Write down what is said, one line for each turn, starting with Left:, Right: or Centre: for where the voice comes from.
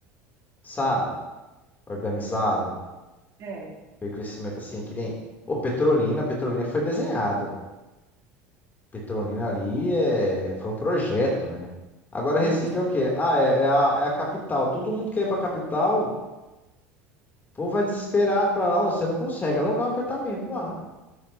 Left: sabe? organizado,
Right: É,
Left: aquele crescimento assim, que nem. Pô, Petrolina, Petrolina foi desenhado. Petrolina ali é... foi um projeto, né? Agora Recife
Right: eu nunca fui.
Left: é o quê? Ah, é, é a, é a capital. Todo mundo quer ir pra capital, o povo vai desesperado pra lá. Ô, você não consegue alugar um apartamento lá.